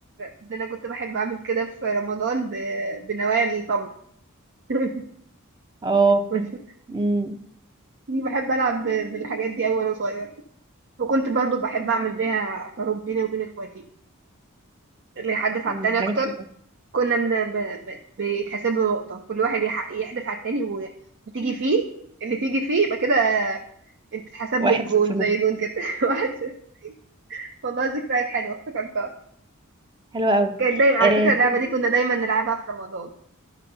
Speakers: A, on the right (about 55°); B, on the right (about 20°).
A: ده انا كنت بحب اعمل كده في رمضان ب... بنوايا التمر <laughs>
B: اه بجد.
A: كنت
B: أمم،
A: بحب العب ب- بالحاجات دي اوي وانا صغيرة وكنت برضو بحب اعمل بيها حروب بيني وبين اخواتي اللي يحدف على
B: أمم،
A: التاني اكتر
B: حاجات حلوه
A: كنا من... ب... ب... بيتحسب له نقطة كل واحد يح... يحدف على التاني و... وتيجي فيه اللي تيجي فيه يبقى كده انت اتحسب
B: واحد
A: لك جون
B: صفر مثلا
A: زي جون كده <laughs> واحد صفر. والله ذكريات حلوه افتكرتها
B: حلوه قوي
A: كانت دايما على
B: آه
A: فكره اللعبه
B: طيب
A: دي كنا دايما نلعبها في رمضان